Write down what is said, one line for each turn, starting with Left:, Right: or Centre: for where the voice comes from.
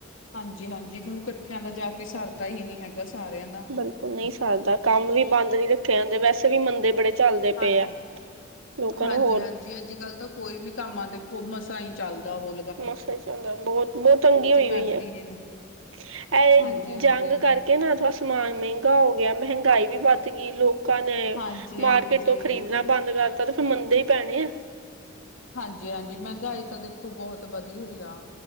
Left: ਹਾਂਜੀ ਹਾਂਜੀ ਕਿਉਂਕ ਇਕੱਠਿਆਂ ਦਾ ਜਾ ਕੇ ਸਰਦਾ ਹੀ ਨਹੀਂ ਹੈਗਾ ਸਾਰਿਆਂ ਦਾ
Right: ਬਿਲਕੁਲ ਨਹੀਂ ਸਰਦਾ ਕੰਮ ਵੀ ਬੰਦ ਨੀ ਰੱਖੇ ਜਾਂਦੇ ਵੈਸੇ ਵੀ ਮੰੰਦੇ ਬੜੇ ਚੱਲਦੇ
Left: ਹਾਂਜੀ
Right: ਪਏ ਆ
Left: ਹਾਂ
Right: ਲੋਕਾਂ
Left: ਹਾਂਜੀ
Right: ਨੂੰ ਹੋਰ
Left: ਹਾਂਜੀ ਅੱਜ ਕੱਲ੍ਹ ਤੋਂ ਕੋਈ ਵੀ ਕੰਮ ਆ ਦੇਖੋ ਮਸਾਂ ਹੀ ਚੱਲਦਾ ਹੋ।
Right: ਮਸਾ ਚੱਲਦਾ ਬਹੁਤ ਬਹੁਤ ਤੰਗੀ ਹੋਈ
Left: ਪੈਂਦੀ
Right: ਹੋਈ ਆ।
Left: ਹੀ ਨੀ
Right: ਅ ਐ
Left: ਹਾਂਜੀ ਹਾਂਜੀ
Right: ਜੰਗ ਕਰਕੇ। ਕਹ ਨਾਥੜਾ ਸਮਾਨ ਮਹਿੰਗਾ ਹੋ ਗਿਆ ਮਹਿੰਗਾਈ ਵੀ ਵੱਧ ਗੀ ਲੋਕ ਲੋਕਾਂ ਨੇ
Left: ਹਾਂਜੀ
Right: ਮਾਰਕੀਟ
Left: ਹਾਂਜੀ
Right: ਤੋਂ ਖਰੀਦਣਾ ਬੰਦ ਕਰਤਾ ਤੇ ਫਿਰ ਮੰਦੇ ਹੀ ਪੈਣੇ ਆ।
Left: ਹਾਂਜੀ ਹਾਂਜੀ ਮਹਿੰਗਾਈ ਤਾਂ ਦੇਖੋ ਬਹੁਤ ਬਧੀ ਹੋਈ ਆ।